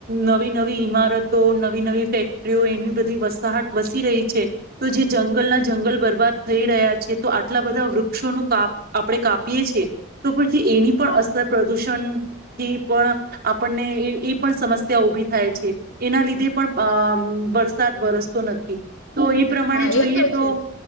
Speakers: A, on the right; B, on the left.
A: નવી નવી ઈમારતો નવી નવી ફેક્ટરીઓ એની બધી વસાહટ વસી રહી છે તો જે જંગલના જંગલ બરબાદ થઈ રહ્યા છે તો આટલા બધા વૃક્ષોનું કાપ આપણે કાપીએ છીએ તો કે એની પણ
B: હા
A: અસર પ્રદૂષણથી પણ આપણને એ પણ સમસ્યા ઉભી થાય છે એના લીધે પણ અ
B: હા
A: વર વરસાદ વરસ તો નથી તો એ પ્રમાણે
B: હા
A: જોઈએ
B: એ
A: તો
B: છે જ